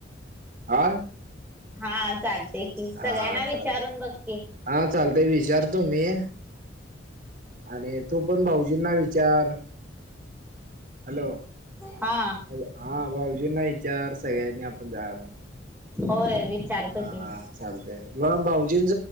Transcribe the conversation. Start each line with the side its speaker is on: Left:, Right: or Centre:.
Right: आ.
Centre: हा चालतय की, सगळ्यांना
Right: हा
Centre: विचारून
Right: चाल
Centre: बघकी.
Right: हा चालतय विचारतो मी आणि तू पण भाऊजींना विचार. हॅलो
Centre: हा
Right: हा भाऊजींना विचार सगळ्यांनी आपण जाऊया मग
Centre: होय विचारतो
Right: हा
Centre: की.
Right: चालतय मग, भाऊजींच